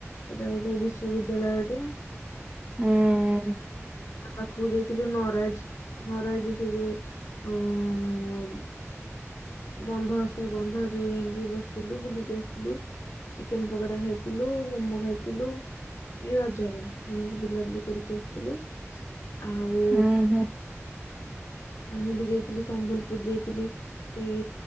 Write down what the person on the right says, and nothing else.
ହୁଁ।
ହୁଁ ହୁଁ